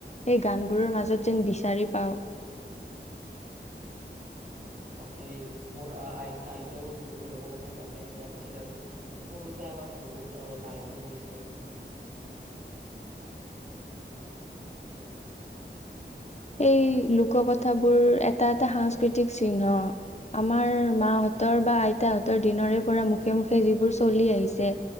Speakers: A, on the left; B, on the right.
A: সেই গানবোৰৰ মাজত যেন বিচাৰি পাওঁ
B: তাকেই মোৰ আ আই আইতাও বহু লোকৰ কথা জানে জানিছিল আৰু আৰু সৰুতে আমাক বহুত কাহিনীও কৈছিল আৰু
A: সেই লোক কথাবোৰ এটা এটা সাংস্কৃতিক চিহ্ন আমাৰ মাহতৰ বা আইতাহঁতৰ দিনৰে পৰা মুখে মুখে যিবোৰ চলি আহিছে